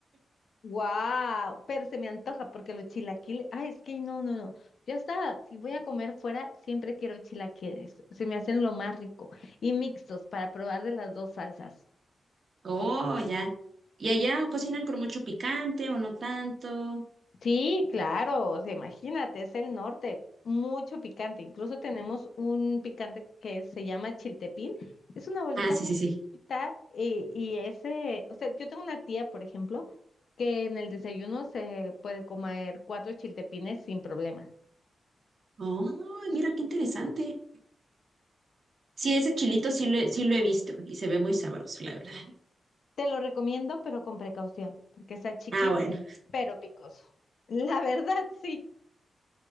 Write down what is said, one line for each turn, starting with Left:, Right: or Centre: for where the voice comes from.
Left: Wow, pero se me antoja porque los chilaquiles, ay, es que no, no, no. Yo hasta si voy a comer fuera, siempre quiero chilaquiles. Se me hacen lo más rico y mixtos para probar de las dos salsas.
Right: Oh, ya. ¿Y allá cocinan con mucho picante o no tanto?
Left: Sí, claro, o sea, imagínate, es el norte, mucho picante. Incluso tenemos un picante que se llama chiltepín. Es una bolita
Right: Ah, sí,
Left: muy
Right: sí, sí.
Left: chiquita y, y ese, o sea, yo tengo una tía, por ejemplo, que en el desayuno se puede comer cuatro chiltepines sin problema.
Right: Oh, mira qué interesante. Sí, ese chilito sí lo, he- sí lo he visto y se ve muy sabroso, la verdad.
Left: Te lo recomiendo, pero con precaución, porque está chiquito,
Right: Ah, bueno.
Left: pero picoso. <laughs> La verdad, sí.